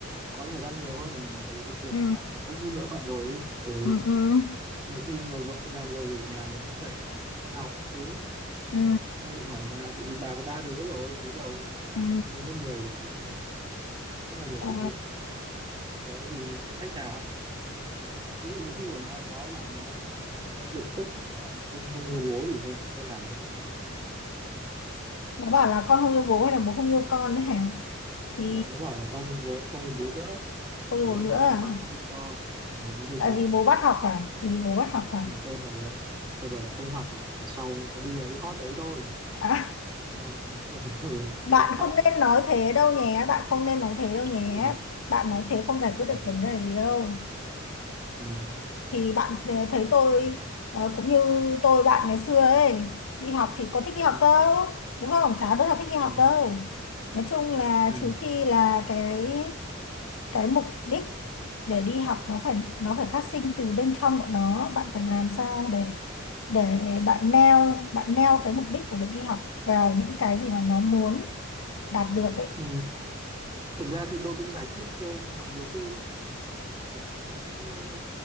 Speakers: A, on the right (about 20°); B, on the left (about 65°).
A: có thời gian nhiều hơn ở nhà tại vì công việc
B: Ừ,
A: dạo này nó cũng đỡ bận rồi ấy. ừ.
B: ừ, ừ,
A: nhiều khi mà vợ đi làm rồi thì ở nhà mình cũng phải cho con học các thứ
B: ừ,
A: đấy đang định hỏi bà thì vì bà có ba đứa rồi đứa đầu đã
B: ừ.
A: lên lớp 10 rồi gì nữa chắc là nhiều
B: Ờ.
A: kinh nghiệm có có cái gì cái cách nào không nhỉ ví dụ mà khi mà nó nó mà nó nó, nó bực tức mà nó còn không không yêu bố thì nên nên làm thế nào
B: nó bảo là con không yêu bố hay là bố không yêu con đấy hả thì
A: nó, nó bảo là con không yêu bố không yêu bố nữa
B: không yêu
A: Đấy,
B: bố
A: hôm
B: nữa
A: qua
B: à?
A: cũng mắng nó hơi to ừ, nó hơi
B: tại
A: to
B: vì bố bắt học à thì vì bố bắt học à?
A: ừ, tôi bảo là tôi bảo là không học thì chỉ có sau có đi ở cái hot đấy thôi
B: à
A: sao mà nó <laughs> ừ,
B: <laughs> bạn
A: đau khổ
B: không nên nói thế đâu nhé bạn không nên nói thế đâu
A: ừ,
B: nhé bạn nói thế không giải
A: ừ,
B: quyết được vấn đề gì đâu
A: ừ,
B: thì bạn ờ, thấy tôi ờ, cũng như tôi bạn ngày xưa ấy đi học thì có thích đi
A: ừ,
B: học đâu đúng không chả đứa nào thích
A: ừ,
B: đi học đâu nói chung là
A: ừ.
B: trừ khi là cái cái mục đích để đi học nó phải nó phải phát sinh từ bên trong bọn nó bạn phải làm sao để để bạn neo bạn neo cái mục đích của việc đi học vào những cái gì mà nó muốn đạt được ấy
A: Ừ, thực ra thì tôi cũng giải thích thôi nhưng mà nhiều khi cũng cũng cũng, ờ,